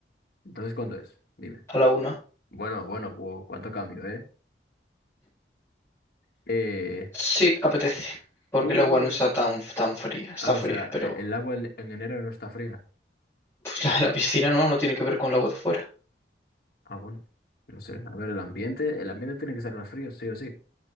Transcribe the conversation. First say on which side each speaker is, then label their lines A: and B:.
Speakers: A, on the left; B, on the left.
A: Entonces, ¿cuándo es? Dime.
B: a la una.
A: Bueno, bueno, wow, cuánto cambio, ¿eh? Eh,
B: Sí, apetece, porque
A: un
B: el agua
A: lunes.
B: no está tan, tan fría, está
A: Ah, o
B: fría,
A: sea,
B: pero
A: e- el agua en, en enero no está fría.
B: <laughs> la la piscina no, no tiene que ver con el agua de fuera.
A: Ah, bueno. No sé, a ver, el ambiente, el ambiente tiene que ser más frío, sí o sí.